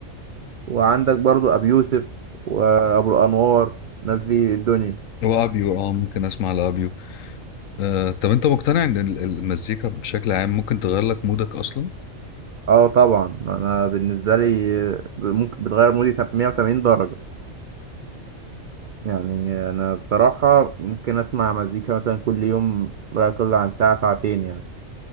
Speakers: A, on the right (about 70°); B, on the left (about 80°).
A: وعندك برضو ابي يوسف وابو الانوار الناس دي الدنيا
B: وابيو اه ممكن اسمع لابيو آه، طب انت مقتنع ان ال- المزيكا بشكل عام ممكن تغير لك مودك اصلا
A: اه طبعا انا بالنسبه لي آه، ممكن بتغير مودي 180 درجه يعني انا بصراحه ممكن اسمع مزيكا مثلا كل يوم لا يقل عن ساعه ساعتين يعني